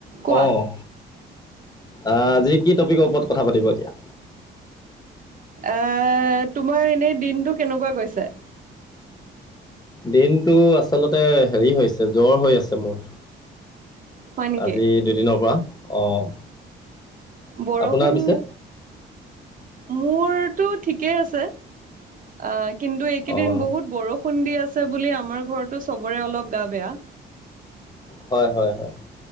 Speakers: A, on the right; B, on the left.
A: কোৱা
B: অ আঁ, আজি কি টপিকৰ ওপৰত কথা পাতিব এতিয়া?
A: এ--তোমাৰ এনেই দিনটো কেনেকুৱা গৈছে?
B: দিনটো আচলতে হেৰি হৈছে, জ্বৰ হৈ আছে মোৰ।
A: হয় নেকি
B: আজি দুদিনৰ পৰা। অঁ
A: বৰষুণ,
B: আপোনাৰ পিছে
A: মোৰ টো ঠিকেই আছে। অঁ কিন্তু এইকেইদিন
B: অঁ
A: বহুত বৰষুণ দি আছ্‌ আছে বুলি, আমাৰ ঘৰটো চবৰে অলপ গা বেয়া।
B: হ'য়, হ'য় হ'য়।